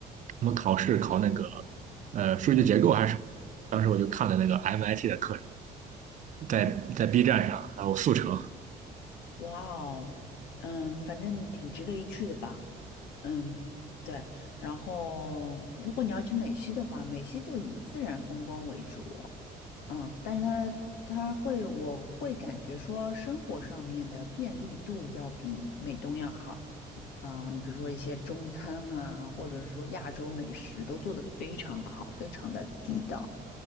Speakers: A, on the right (about 45°); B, on the left (about 85°).
A: 我们考试考那个呃数据结构还是什么，当时我就看了那个
B: 嗯
A: MIT 的课程，
B: 啊，
A: 在在 B 站上，然后速成，
B: 哇哦，嗯，反正挺值得一去的吧。嗯，对。然后，如果你要去美西的话，美西就以自然风光为主。嗯，但是它它会，我会感觉说生活上面的便利度要比美东要好。嗯，比如说一些中餐啊，或者是说亚洲美食都做得非常好，非常的地道。